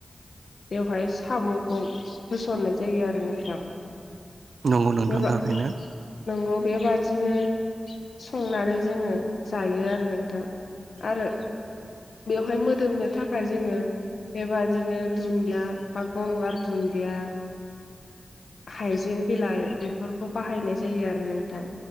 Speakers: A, on the left; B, on the right.
A: बेवहाय सामखौ होसननाय जायो आरो नोंथां
B: नंगौ नोंथां
A: बेबा
B: थारैनो
A: नंगौ बेबा दिनो संनानै जोङो जायो आरो नोंथां आरो बेवहाय मोदोमनो थाखाय जोङो बेबादिनो दुन्दिया बा गगार दुन्दिया हाइजें बिलाइ बेफोरखौ बाहायनाय जायो आरो नोंथां